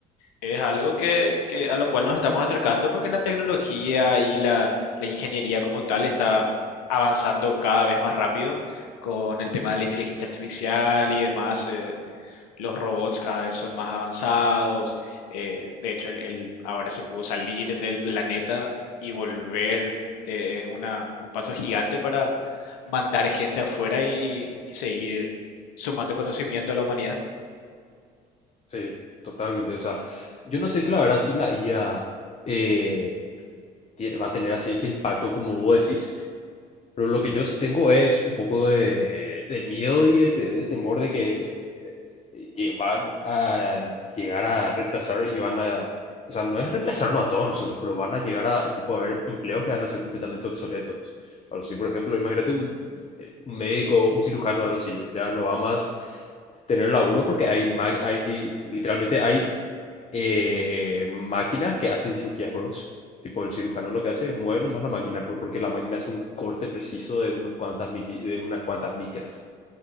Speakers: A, on the left; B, on the left.
A: es algo que, que a lo cual nos estamos acercando porque la tecnología y la, la ingeniería como tal está avanzando cada vez más rápido con el tema de la inteligencia artificial y demás. eh, los robots cada vez son más avanzados. eh, de hecho, el, el- ahora se pudo salir del planeta y volver. eh, es una, un paso gigante para mandar gente afuera y y seguir sumando conocimiento a la humanidad.
B: sí, totalmente. O sea, yo no sé si la verdad si la IA eh, tie- va a tener así ese impacto como vos decís, Pero lo que yo sí tengo es un poco de, de miedo y de, de- de temor de que eh, lle- van a llegar a reemplazar y van a... O sea, no es reemplazarnos a todos nosotros, pero van a llegar a, tipo, a haber empleos que van a ser completamente obsoletos. Algo así, por ejemplo, imagínate un, un médico, un cirujano, algo así, ya no va más tener laburo porque hay, ma- hay literalmente hay eh, máquinas que hacen cirugías, bros. Tipo, el cirujano lo que hace es mover nomás la máquina, pero porque la máquina hace un corte preciso de, unos cuantas mili- de unas cuantas micras.